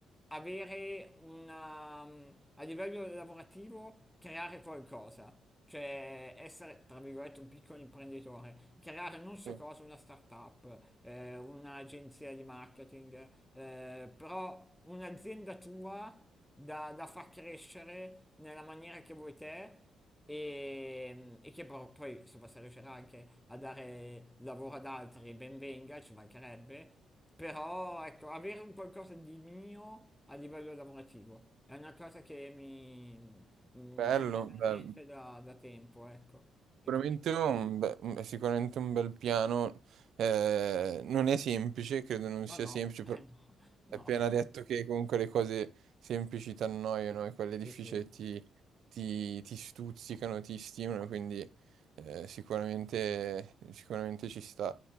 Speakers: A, in the centre; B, on the right.
A: avere una, mh, a livello lavorativo, creare qualcosa. Cioè essere, tra virgolette, un piccolo imprenditore, creare non so
B: Sì.
A: cosa, una startup, eh, un'agenzia di marketing, eh, però un'azienda tua da, da far crescere nella maniera che vuoi te e, e che però poi insomma, se riuscirà anche a dare lavoro ad altri, ben venga, ci mancherebbe, però ecco, avere un qualcosa di mio a livello lavorativo è una cosa che mi, mi
B: Bello,
A: ce l'ho nella
B: bello.
A: mente da, da tempo, ecco, e
B: Sicuramente
A: quindi
B: un be- un- è sicuramente un bel piano. Eh, non è semplice, credo non
A: no,
B: sia
A: no,
B: semplice,
A: <laughs>
B: però
A: eh, no, no,
B: Hai appena detto che comunque le cose semplici ti annoiano e quelle
A: sì,
B: difficili
A: sì.
B: ti, ti- ti stuzzicano, ti stimolano, quindi eh, sicuramente, sicuramente ci sta.